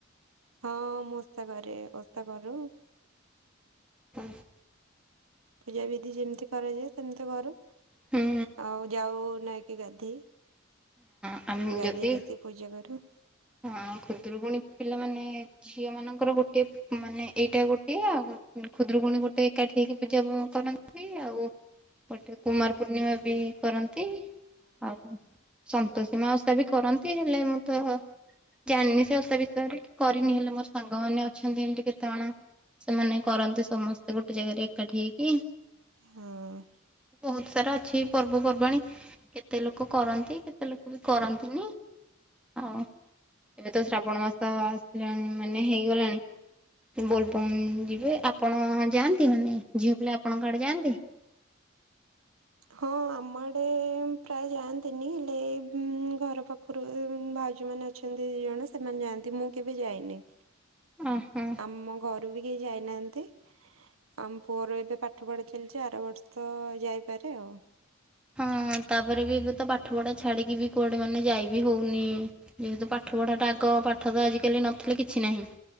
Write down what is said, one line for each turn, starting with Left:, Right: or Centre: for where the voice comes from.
Right: ହଁ ମୁଁ ଓଷା କରେ। ଓଷା କରୁ।
Centre: ହଁ।
Right: ପୂଜା ବିିଧି ଯେମିତି କରାଯାଏ ସେମିତି କରୁ।
Centre: ହୁଁ
Right: ଆଉ ଯାଉ ନଇକି ଗାଧେଇ।
Centre: ହଁ। ଆମେ
Right: ଗାଧେଇ
Centre: ଯଦି
Right: ଆସି ପୂଜା କରୁ।
Centre: ହଁ ଖୁଦୁରୁକୁୁଣୀ ପିଲାମାନେ ଝିଅ ମାନଙ୍କର ଗୋଟିଏ ମାନେ ଏଇଟା ଗୋଟେ ଆଉ ଖୁଦରୁକୁୁଣୀ ଗୋଟେ ଏକାଠି ହେଇକି ପୂଜା କରନ୍ତି ଆଉ ଗୋଟେ କୁମାର ପୂର୍ଣ୍ଣିମା ବି କରନ୍ତି ଆଉ ସନ୍ତୋଷୀ ମା ଓଷା ବି କରନ୍ତି। ହେଲେ ମୁଁ ତ ଜାଣିନି ସେ ଓଷା ବିଷୟରେ କରିନି ହେଲେ ମୋର ସାଙ୍ଗମାନୋନ ଅଛନ୍ତି ଏମତି କେତେ ଜଣ ସେମାନେ କରନ୍ତି ସମସ୍ତେ ଗୋଟେ ଜାଗାରେ ଏକାଠି ହେଇକି।
Right: ହଁ ହଁ
Centre: ବହୁତ ସାରା ଅଛିି ପର୍ବ ପର୍ବାଣି କେ କେତେ ଲୋକ କରନ୍ତି କେତେ ଲୋକ ବି କରନ୍ତିନି ଆଉ ଏବେ ତ ଶ୍ରାବଣ ମାସ ଆସିଲାଣି ମାନେ ହେଇଗଲାଣି। ବୋଲବମ ଯିବେ। ଆପଣ ଯାଆନ୍ତି, ମାନେ ଝିଅ ପିଲା ଆପଣଙ୍କ ଆଡେ ଯାଆନ୍ତି?
Right: ହଁ ଆମଡେ ପ୍ରାୟ ଯାଆନ୍ତିନି ହେଲେ ଏଇ ଘର ପା ପାଖରୁ ଭାଉଜମାନ ଅଛନ୍ତି ଦି ଜଣ ସେମାନେ ଯାଆନ୍ତି। ମୁଁ କେବେ ଯାଇନି।
Centre: ଓ ହଁ।
Right: ଆମ ଘରୁ ବି କେହି ଯାଇନାହାନ୍ତି। ଆମ ପୁଅର ଏବେ ପାଠ ପଢା ଚାଲିଛି ଆର ବର୍ଷ ଯାଇପାରେ ଆଉ।
Centre: ହଁ ତାପରେ ବି ଏବେ ତ ପାଠ ପଢା ଛାଡିକି ବି କୁଆଡେ ମାନେ ଯାଇ ବି ହଉନି। ଯେହେତୁ ପାଠ ପଢାଟା ଆଗ ପାଠ ତ ଆଜିକାଲି ନଥିଲେ କିଛି ନାହିଁ।